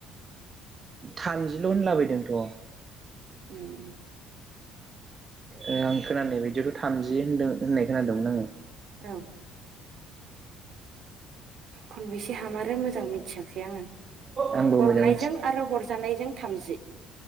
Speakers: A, on the right; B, on the right.
A: थामजिल' होनलाबायदोंथ'
B: ओम
A: ओ आं खोनानाय बायदियावथ' थामजि होनदों होननाय खोनादोंमोन आङो
B: औ खनबेसे हामारो मोजां मिथियाखै आङो
A: आंबो मोजां
B: हरनायजों आरो हरजानायजों थामजि